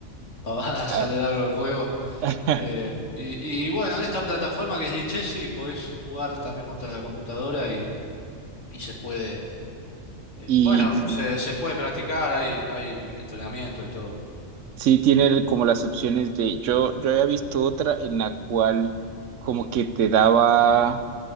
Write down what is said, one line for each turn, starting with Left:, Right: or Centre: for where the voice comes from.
Left: pavadas
Right: Ah,
Left: <laughs> a lo largo del juego.
Right: <laughs>
Left: Eh, y, y bueno, en esta plataforma que es Lichess, sí, podés jugar también contra la computadora y, y se puede, eh,
Right: Y
Left: bueno,
Right: t-
Left: se, se puede practicar, hay, hay entrenamiento y todo.
Right: sí tiene como las opciones de, yo, yo había visto otra en la cual como que te daba,